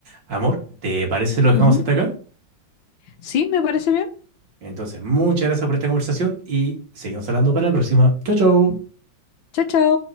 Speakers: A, on the right (about 65°); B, on the left (about 80°).
A: Amor, ¿te parece si lo dejamos
B: Ujú.
A: hasta acá?
B: Sí, me parece bien.
A: Entonces, muchas gracias por esta conversación y seguimos hablando para la próxima. Chau, chau.
B: Chao, chao.